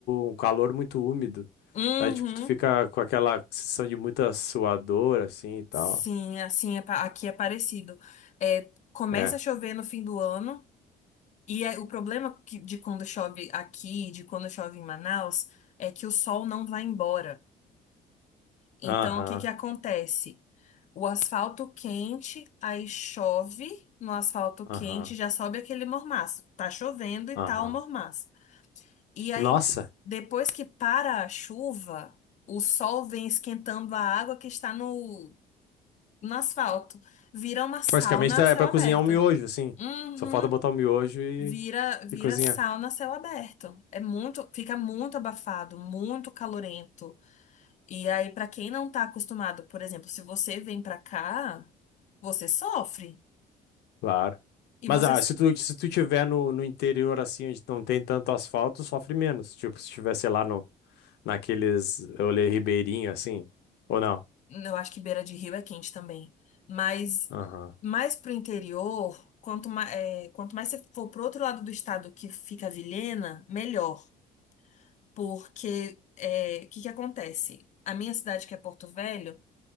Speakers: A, on the left; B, on the left.
A: um calor muito úmido.
B: uhum.
A: Aí, tipo, tu fica com aquela sensação de muita suadora, assim, e tal.
B: Sim, assim é pa- aqui é parecido. É, começa
A: É.
B: a chover no fim do ano, e é- o problema que- de quando chove aqui, de quando chove em Manaus, é que o sol não vai embora. Então,
A: Aham.
B: o que que acontece? O asfalto quente, aí chove no asfalto
A: Aham,
B: quente, já sobe aquele mormaço. Tá chovendo e
A: aham.
B: tá o mormaço. E aí,
A: Nossa,
B: depois que para a chuva, o sol vem esquentando a água que está no no asfalto. Vira uma sauna
A: basicamente tá-
B: a céu
A: é pra
B: aberto.
A: cozinhar um miojo, assim.
B: Uhum.
A: Só falta botar o miojo e,
B: Vira, vira
A: e cozinhar.
B: sauna a céu aberto. É muito, fica muito abafado, muito calorento. E aí, pra quem não tá acostumado, por exemplo, se você vem pra cá, você sofre.
A: Claro.
B: E
A: Mas
B: você,
A: ah, se tu, se tu tiver no, no interior, assim, onde não tem tanto asfalto, sofre menos. Tipo, se tiver, sei lá, no, naqueles olê ribeirinho, assim. Ou não?
B: eu acho que beira de rio é quente também. Mas
A: Aham.
B: mais pro interior, quanto mais, quanto mais você for pro outro lado do estado que fica a Vilhena, melhor. Porque é, o que que acontece? A minha cidade, que é Porto Velho,